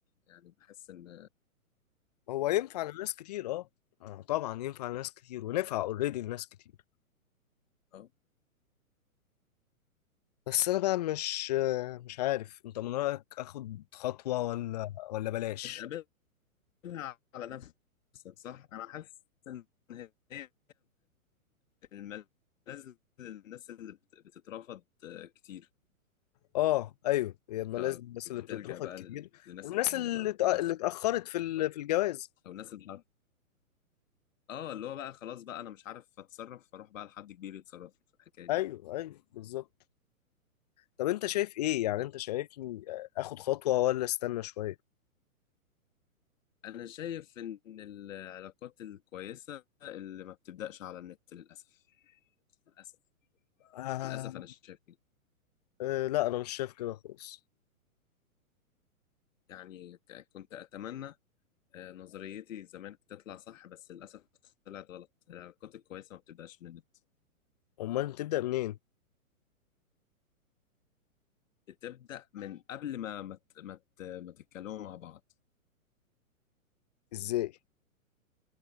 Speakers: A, on the left (about 60°); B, on the left (about 30°).
A: يعني بحس إن
B: هو ينفع لناس كتير اه آه، طبعا ينفع لناس كتير ونفع اوريدي لناس كتير
A: آه
B: بس انا بقى مش مش عارف انت من رأيك اخد خطوة ولا ولا بلاش
A: مش قابلها على نفسك صح أنا حاسس إن هي الملاذ للناس اللي بت- بتترفض آه، كتير
B: اه ايوه هي اما
A: فبتلجأ
B: لازم الناس اللي بتترفض
A: بقى
B: كتير
A: لل- للناس
B: والناس
A: الكبيرة
B: اللي
A: بقى
B: اتأ-
A: تدخل
B: اللي اتأخرت في ال- في الجواز
A: أو الناس اللي اه اللي هو بقى خلاص بقى انا مش عارف اتصرف فاروح بقى لحد كبير يتصرف لي في الحكايه دي
B: ايوه ايوه بالظبط طب انت شايف ايه يعني انت شايفني اخد خطوة ولا استنى شوية
A: انا شايف ان العلاقات الكويسه اللي ما بتبداش على النت للاسف للاسف
B: آه.
A: للاسف انا شايف كده
B: أه لا انا مش شايف كده خالص
A: يعني ك- كنت اتمنى آه، نظريتي زمان تطلع صح بس للاسف طلعت غلط العلاقات الكويسه ما بتبداش من النت
B: امال تبدأ منين
A: بتبدا من قبل ما ما ت- ما ت- ما تتكلموا مع بعض
B: ازاي